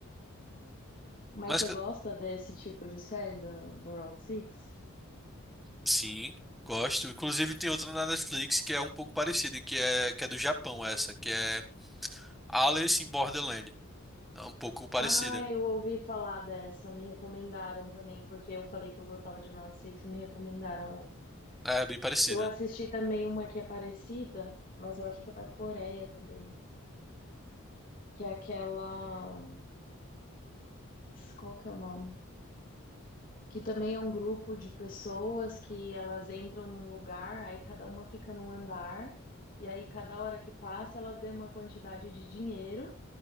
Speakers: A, on the left; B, in the centre.
A: Mas
B: Mas
A: você
B: que-
A: gosta desse tipo de série do, do Round Six?
B: sim, gosto. Inclusive tem outra na Netflix que é um pouco parecida, que é que é do Japão essa, que é Alice in Borderland. É um pouco parecida.
A: Ah, eu ouvi falar dessa, me recomendaram também, porque eu falei que eu gostava de Round Six e me recomendaram essa.
B: É bem parecida.
A: Eu assisti também uma que é parecida, mas eu acho que é da Coreia também, que é aquela... Qual que é o nome? que também é um grupo de pessoas que elas entram num lugar, aí cada uma fica num andar, e aí cada hora que passa elas ganham uma quantidade de dinheiro,